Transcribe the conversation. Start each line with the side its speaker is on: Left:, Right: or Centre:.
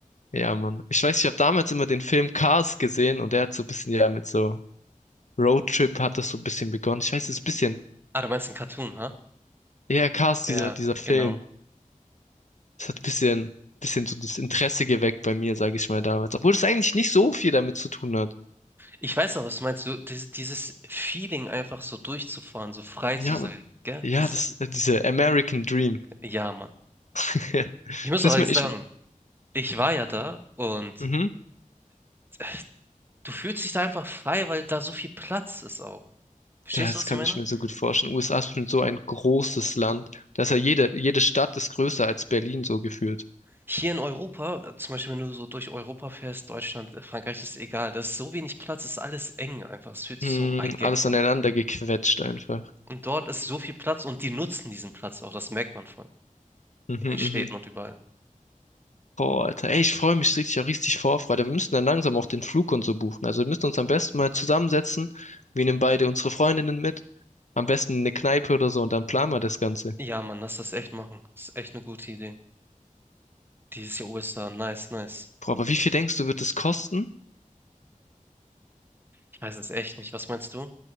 Left: Ja, Mann. Ich weiß, ich habe damals immer den Film Cars gesehen und der hat so ein bisschen ja mit so Roadtrip hat das so ein bisschen begonnen. Ich weiß, es ist ein bisschen,
Right: Ah, du meinst ein Cartoon, ha?
Left: ja, Cars, dieser,
Right: Ja,
Left: dieser Film.
Right: genau.
Left: Es hat ein bisschen, bisschen so das Interesse geweckt bei mir, sage ich mal damals. Obwohl es eigentlich nicht so viel damit zu tun hat.
Right: Ich weiß auch, was du meinst. So, dieses, dieses Feeling, einfach so durchzufahren, so frei
Left: Ja,
Right: zu sein,
Left: und,
Right: gell?
Left: ja,
Right: Das
Left: das,
Right: ist,
Left: äh, diese American Dream.
Right: ja, Mann.
Left: <laughs>
Right: Ich muss
Left: Ich weiß
Right: auch ehrlich
Left: mir,
Right: sagen,
Left: ich,
Right: ich war ja da und
Left: mhm,
Right: äh, du fühlst dich da einfach frei, weil da so viel Platz ist auch. Verstehst
Left: das
Right: du, was
Left: kann
Right: ich meine?
Left: ich mir so gut vorstellen. USA ist bestimmt so ein großes Land. Da ist ja jede, jede Stadt ist größer als Berlin so gefühlt.
Right: Hier in Europa, äh, zum Beispiel, wenn du so durch Europa fährst, Deutschland, äh, Frankreich, ist egal. Da ist so wenig Platz, ist alles eng einfach. Es fühlt sich
Left: Hm,
Right: so eingeengt
Left: alles aneinander
Right: an.
Left: gequetscht einfach.
Right: Und dort ist so viel Platz und die nutzen diesen Platz auch. Das merkt man voll.
Left: Mhm,
Right: In den Städten
Left: mhm.
Right: und überall.
Left: Boah, Alter, ey, ich freue mich richtig, auch richtig Vorfreude. Wir müssen dann langsam auch den Flug und so buchen. Also wir müssen uns am besten mal zusammensetzen. Wir nehmen beide unsere Freundinnen mit. Am besten eine Kneipe oder so und dann planen wir das Ganze.
Right: Ja, Mann, lass das echt machen. Das ist echt eine gute Idee. Dieses Jahr Ostern, nice, nice.
Left: Boah, aber wie viel denkst du, wird das kosten?
Right: Ich weiß es echt nicht. Was meinst du?